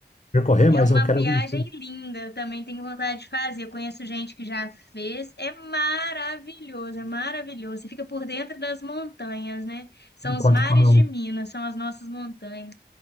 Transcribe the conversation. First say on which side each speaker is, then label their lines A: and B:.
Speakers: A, on the left (about 40°); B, on the left (about 70°).
A: percorrer,
B: É
A: mas
B: uma
A: eu quero
B: viagem linda, eu também tenho vontade de fazer. Eu conheço gente que já fez. É maravilhoso, é maravilhoso. Você fica por dentro das montanhas, né? São
A: enquanto
B: os mares
A: come um.
B: de Minas, são as nossas montanhas.